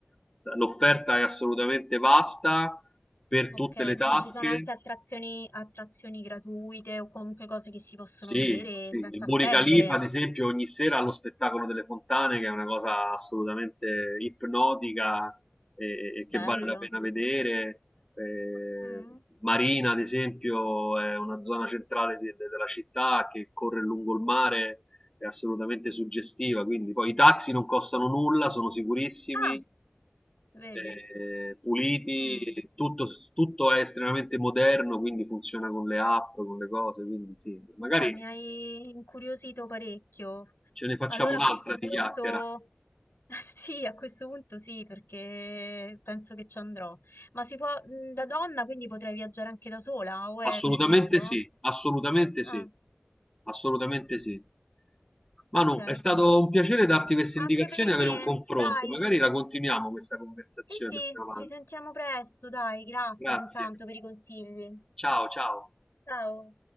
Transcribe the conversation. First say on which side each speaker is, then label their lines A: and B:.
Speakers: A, on the left; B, on the left.
A: sta- l'offerta è assolutamente vasta per
B: Ok,
A: tutte le
B: quindi
A: tasche
B: ci sono anche attrazioni, attrazioni gratuite o comunque cose che si possono
A: Sì,
B: vedere
A: sì,
B: senza
A: il Burj
B: spendere.
A: Khalifa, ad esempio, ogni sera ha lo spettacolo delle fontane, che è una cosa assolutamente ipnotica e, e che
B: Bello.
A: vale la pena vedere. Eh,
B: Mm?
A: Marina, ad esempio, è una zona centrale de- de- della città che corre lungo il mare, è assolutamente suggestiva. Quindi, poi i taxi non costano nulla, sono sicurissimi,
B: Ah, vedi.
A: eh, puliti,
B: Mm.
A: tutto, tutto è estremamente moderno, quindi funziona con le app, con le cose. Quindi, sì, magari
B: Beh, mi hai incuriosito parecchio.
A: Ce ne facciamo
B: Allora
A: un'altra
B: a questo
A: di
B: punto,
A: chiacchiera.
B: <laughs> sì, a questo punto sì, perché penso che ci andrò. Ma si può, mh, da donna, quindi potrei viaggiare anche da sola o è
A: Assolutamente
B: rischioso?
A: sì, assolutamente sì,
B: Ah,
A: assolutamente sì. Manu,
B: ok.
A: è stato un piacere darti queste indicazioni
B: Anche per
A: e
B: me,
A: avere un confronto.
B: dai.
A: Magari la continuiamo questa conversazione
B: Sì, sì,
A: più avanti.
B: ci sentiamo presto, dai. Grazie
A: Grazie.
B: intanto per i consigli.
A: Ciao, ciao.
B: Ciao.